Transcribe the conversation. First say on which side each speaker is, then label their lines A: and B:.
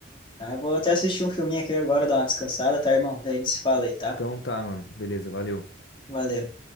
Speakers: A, on the left; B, on the left.
A: Tá, eu vou até assistir um filminho aqui agora, dar uma descansada, tá, irmão? Daí a gente se fala aí, tá?
B: Então tá, mano. Beleza, valeu.
A: Valeu.